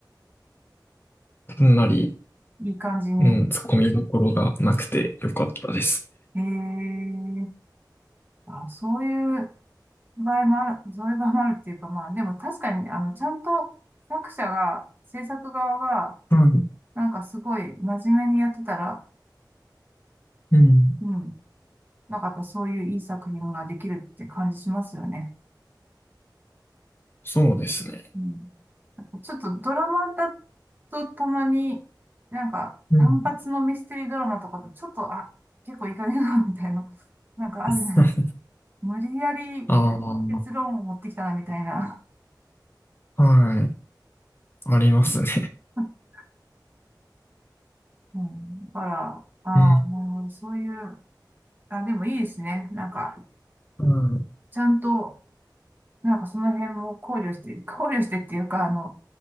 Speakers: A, on the left; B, on the right.
A: かなり
B: いい感じに。
A: うん、突っ込みどころがなくてよかったです。
B: へえ、あ、そういう場合もある、そういう場合もあるっていうか、まあ、でも確かにね、あの、ちゃんと作者が、制作側が、
A: はい。
B: なんかすごい真面目にやってたら、
A: うん。
B: うん、なんかやっぱそういういい作品ができるって感じしますよね。
A: そうですね。
B: うんちょっとドラマだとたまに、なんか単発のミステリードラマとかとちょっと、
A: うん。
B: あ、結構いい加減だなみたいな、<laughs> なんかあるじゃないですか。
A: <laughs>
B: 無理やり
A: ああ、
B: 結論を持ってきたなみたいな。
A: はい。ありますね。
B: <laughs> うん、だから、ああ、
A: うん。
B: なるほど、そういう、あ、でもいいですね。なんか、
A: うん。
B: ちゃんと、なんかその辺も考慮して、<laughs> 考慮してっていうか、あの、